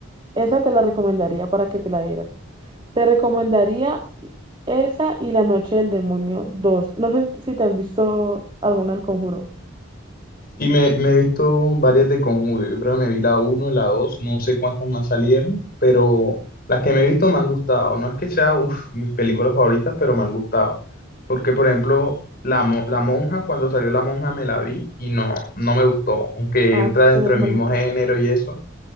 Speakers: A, on the right; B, on the left.
A: esa te la recomendaría para que te la vieras. Te recomendaría esa y La Noche del Demonio dos, No sé si te has visto alguna del Conjuro.
B: Y me, me he visto varias de Conjuro. Yo creo que me vi la uno la dos no sé cuántas más salieron, pero las que me he visto me han gustado. No es que sea, uf, mis películas favoritas, pero me han gustado. Porque, por ejemplo, la, Mo- la Monja, cuando salió La Monja me la vi y no, no me gustó. Aunque
A: Ah,
B: entra dentro
A: pero es
B: del
A: malita.
B: mismo género y eso,